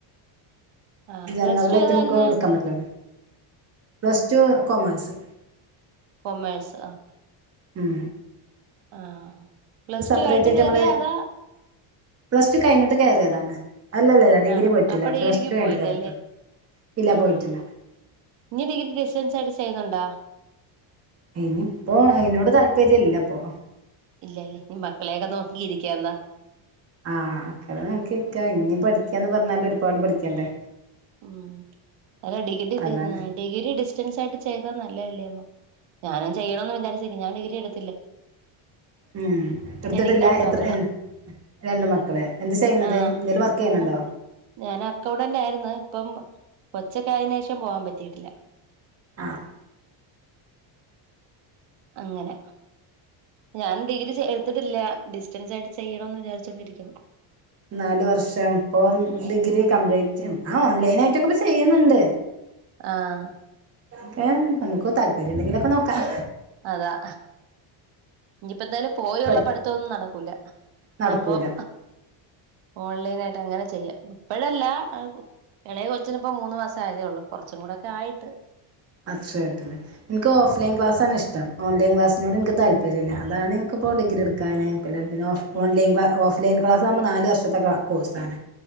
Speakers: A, on the right; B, on the right.
A: ആഹ്
B: ജനറൽ
A: പ്ലസ് ടു
B: ആയിട്ട്
A: ഏതായിരുന്നു
B: നമുക്ക് എടുക്കാൻ പറ്റില്ലെ പ്ലസ് ടു കോമേഴ്സ്.
A: കൊമഴ്സ് ആഹ്
B: ഉം
A: ആഹ് പ്ലസ്
B: സെപ്പറേറ്റ്
A: ടു കഴിഞ്ഞിട്ട്
B: ആയിട്ട്
A: കേറിയ
B: നമ്മള്
A: അതാ
B: പ്ലസ് ടു കഴിഞ്ഞിട്ട് കയറിയതാണ് അല്ലല്ലല്ല ഡിഗ്രി
A: ആഹ്
B: പോയിട്ടില്ല
A: അപ്പൊ ഡിഗ്രിക്ക്
B: പ്ലസ് ടു കഴിഞ്ഞിട്ട്
A: പോയില്ലല്ലേ
B: കേറിട്ടോ. ഇല്ല
A: ആഹ്
B: പോയിട്ടില്ല
A: ഇനി ഡിഗ്രി ഡിസ്റ്റൻസ് ആയിട്ട് ചെയ്യുന്നുണ്ടോ?
B: ഇനി ഇപ്പോ അയിനോട് താല്പര്യല്ല ഇപ്പൊ
A: ഇല്ലല്ലേ ന മക്കളെയൊക്കെ നോക്കിയിരിക്കാന്നാ
B: ആഹ് മക്കള നോക്കിയിരിക്കാ ഇനി പഠിക്കന്ന് പറഞ്ഞാല് ഒരുപാട് പഠിക്കണ്ടേ
A: ഉം അല്ല ഡിഗ്രി
B: അതാണ്
A: ഇ ഡിഗ്രി ഡിസ്റ്റൻസായിട്ട് ചെയ്താ നല്ലേഅല്ലെ ഞാനും ചെയ്യണമെന്ന് വിചാരിച്ചേ ഞാൻ ഡിഗ്രി എടു
B: ഉം എടുത്തിട്ടില്ല
A: എനിക്ക് രണ്ട്
B: എത്ര
A: മക്കളാ
B: രണ്ട് മക്കളെ എന്ത് ചെയ്യണുന്നത്
A: ആഹ്
B: എന്തേലും വർക്ക് ചെയ്യണണ്ടോ
A: മൂ ഞാൻ അക്കൌണ്ടന്റ് ആരുന്നു ഇപ്പം കൊച്ചക്കെ ആയന്റെശേഷം പോവാൻ പറ്റിട്ടില്ല
B: ആഹ്
A: അങ്ങനെ ഞാൻ ഡിഗ്രി എടുത്തിട്ടില്ല ഡിസ്റ്റൻസ് ആയിട്ട് ചെയ്യണന്ന് വിചാരിച്ചോണ്ടിരിക്കുന്നു
B: നാല് വർഷം ഇപ്പൊ ഡിഗ്രി കംപ്ലീറ്റ് ആഹ് ഓൺലൈന ആയിട്ടൊക്കെ ഇപ്പംചെയ്യുന്നുണ്ട്
A: ആഹ്
B: ക്കെ നമുക്ക് താല്പര്യം ഉണ്ടെങ്കിലുംക്കെ നോക്കാം
A: അതാ ഇനിപ്പോ എന്തായാലും പോയുള്ള
B: പഠി
A: പഠിത്തൊന്നും നടക്കൂല
B: നടക്കൂല
A: അപ്പം ഓൺലൈൻ ആയിട്ട് അങ്ങനെ ചെയ്യാം ഇപ്പോഴല്ല ഇളയെ കൊച്ചിനിപ്പോ മൂന്ന് മാസ ആയതേ ഉള്ളൂ കുറച്ചു കൂടെക്കെ ആയിട്ട്
B: അക്ഷയത്തില് ഇനിക്ക് ഓഫലൈൻ ക്ലാസ് ഇഷ്ടം ഓലൈൻ ക്ലാസിനോട് എനിക്ക് താല്പര്യമല്ല അാതാണ് ഇൻക്ക് പ്പം ഡിഗ്രി ഇടുക്കാൻ പിള്ളേ ഓഫ് ഓൺലൈൻ ഓഫ് ലൈൻക്ലാസ് ആവുമ്പോ നാല് വർഷത്തെക്ക കോഴ്സാണ്